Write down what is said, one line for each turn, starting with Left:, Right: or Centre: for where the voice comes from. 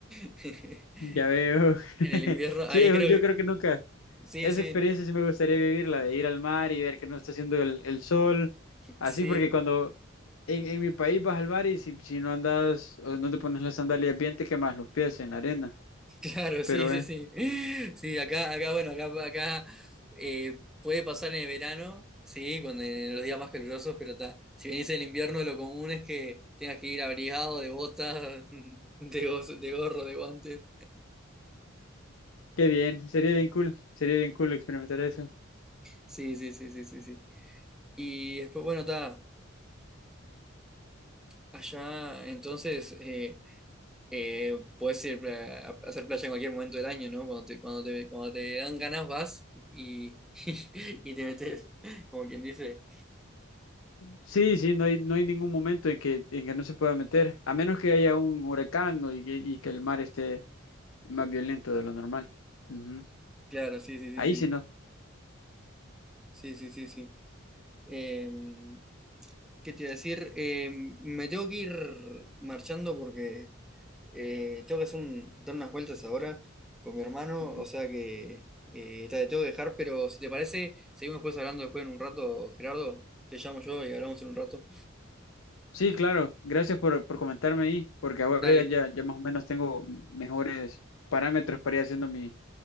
Centre: sí, sí. <laughs>
Left: Ya veo.
Centre: En
Left: <laughs>
Centre: el invierno,
Left: Sí,
Centre: ahí creo
Left: yo
Centre: que...
Left: creo que nunca.
Centre: Sí,
Left: Esa
Centre: sí,
Left: experiencia sí me gustaría vivirla, de ir al mar y ver que no está haciendo el, el sol. Así
Centre: sí.
Left: porque cuando en, en mi país vas al mar y si, si no andas o no te pones las sandalias bien, te quemas los pies en la arena.
Centre: Claro,
Left: Pero
Centre: sí,
Left: bueno.
Centre: sí, sí. Sí, acá, acá, bueno, acá, acá eh, puede pasar en el verano, sí, cuando en los días más calurosos, pero ta, si venís en el invierno, lo común es que tengas que ir abrigado de botas, <laughs> de, go- de gorro, de guantes.
Left: Qué bien, sería bien cool, sería bien cool experimentar eso.
Centre: Sí, sí, sí, sí, sí, sí. Y después, bueno, está. allá, entonces, eh, Eh, puedes ir eh, a, a hacer playa en cualquier momento del año, ¿no? Cuando te, cuando te, cuando te dan ganas vas y, <laughs> y te metes, como quien dice.
Left: Sí, sí, no hay, no hay ningún momento en que, en que no se pueda meter, a menos que haya un huracán o y, que, y que el mar esté más violento de lo normal. Ujú.
Centre: Claro, sí, sí, sí,
Left: Ahí
Centre: sí.
Left: sí no.
Centre: Sí, sí, sí, sí. Em, ¿qué te iba a decir? Em, me tengo que ir marchando porque eh, tengo que hacer un- dar unas vueltas ahora con mi hermano,
Left: Ujú.
Centre: o sea que eh, te tengo que dejar, pero si te parece, seguimos después hablando después en un rato, Gerardo. Te llamo yo y hablamos en un rato.
Left: Sí, claro, gracias por, por comentarme ahí, porque ahora
Centre: Dale,
Left: ya, ya, ya más o menos tengo mejores parámetros para ir haciendo mi,